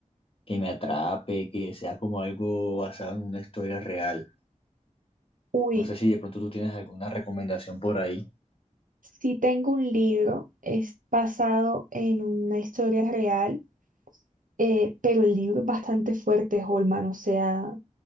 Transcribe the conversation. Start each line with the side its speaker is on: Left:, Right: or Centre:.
Left: que me atrape, que sea como algo basado en una historia real.
Right: Uy,
Left: No sé si de pronto tú tienes alguna recomendación por ahí.
Right: sí tengo un libro, es basado en una historia real, eh, pero el libro es bastante fuerte, Holman, o sea,